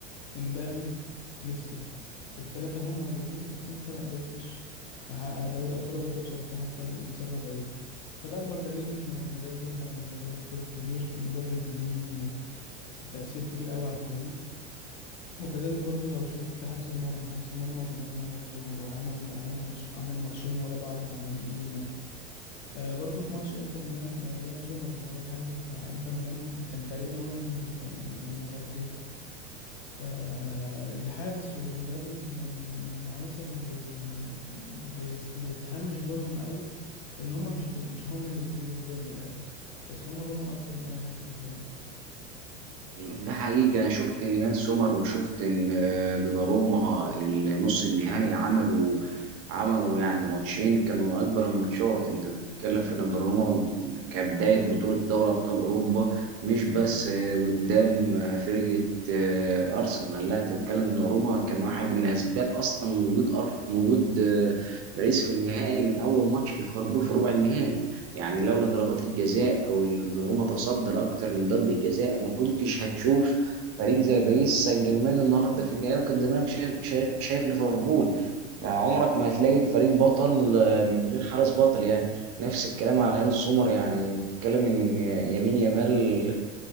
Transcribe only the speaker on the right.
ده حقيقي انا شفت ان يان سومر وشفت ان آه، دوناروما النص النهائي عملوا عملوا يعني ماتشين كانوا من اكبر الماتشات انت بتتكلم في ان دوناروما كبدايه بطوله دوري ابطال اوروبا مش بس آه، قدام آه، فرقه آه، ارسنال لا انت بتتكلم دوناروما كان واحد من اسباب اصلا وجود أر- وجود آه، باريس في النهائي من اول ماتش ليفربول في ربع النهائي يعني لولا ضربات الجزاء وان دوناروما تصدى لاكتر من ضربه جزاء ما كنتش هتشوف فريق زي باريس سان جيرمان النهارده في النهائي وكان زمانك شايف شايف, شايف ليفربول فعمرك ما هتلاقي فريق بطل آه، من غير حارس بطل يعني نفس الكلام على يون سومر يعني بتتكلم ان يمين يامال